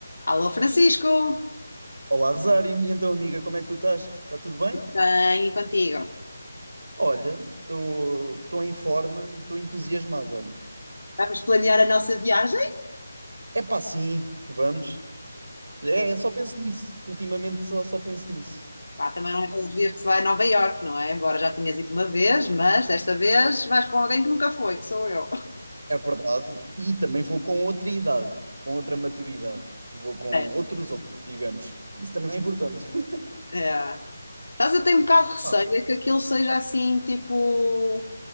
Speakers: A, on the left; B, on the right.
A: Alô, Francisco!
B: Olá, Rosário. E então, amiga, como é que tu estás? Está tudo bem?
A: Bem, e contigo?
B: Olha, estou em forma e estou entusiasmado, olha.
A: Vamos planear a nossa viagem?
B: É pá, sim, vamos. É,
A: Bom,
B: só penso nisso. Ultimamente só, só penso nisso.
A: pá, também não é todos os dias que se vai a Nova Iorque, não é? Embora já tinhas ido uma vez, mas desta vez vais com alguém que nunca foi, que sou eu.
B: É verdade. E também vou com outra idade, com outra maturidade. Vou com
A: É.
B: outros olhos, digamos. Isso também é importante. <laughs>
A: É. Sabes, eu tenho um bocado de receio
B: Pá,
A: é que aquilo seja assim, tipo,